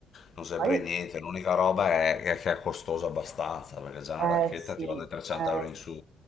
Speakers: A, on the left; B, on the right.
A: non saprei
B: Ma io-
A: niente. L'unica roba è, è che è costoso abbastanza, perché già una
B: Eh
A: racchetta
B: sì,
A: ti va dai
B: eh,
A: 300 euro in su.